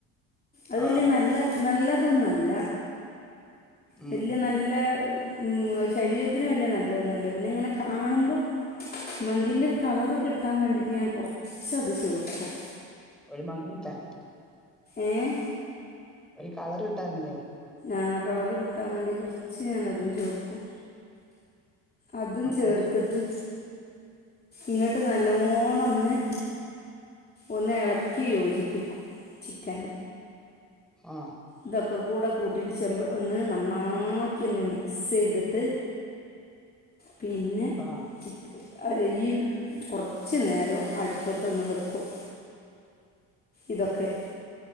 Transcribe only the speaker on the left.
അത് വല്യ
നല്ല നല്ലതൊന്നും അല്ല,
വല്യ നല്ല. ഉം അത് ശരീരത്തിന് വല്യ നല്ല ഒന്നുല്ല പിന്നെ ഇങ്ങനെ കാണുമ്പോ. മന്തിന്റെരു കളറ് കിട്ടാൻ വേണ്ടിട്ട് ഞാൻ കൊറച്ചത് ചേർക്കും.
ഏഹ്
ആഹ് കളറ് കിട്ടാം വേണ്ടി കൊറച്ച് ഞാൻ അതും ചേർക്കും. അതും
ചേർത്തിട്ട്
ഇങ്ങട്ട് നല്ലോണൊന്ന്. ഒന്ന് എളക്കി യോജിപ്പിക്കും ചിക്കൻ.
ഇതൊക്കെ കൂടെ കൂട്ടിയിട്ട് ചെമ്പ് ഒന്ന് നന്നാക്കി ഒന്ന് മിക്സ്യ്തിട്ട്. പിന്നെ.
ചിക് അരിം കൊറച്ച് നേരം അടുപ്പത്തൊന്ന് വക്കും. ഇതൊക്കെ.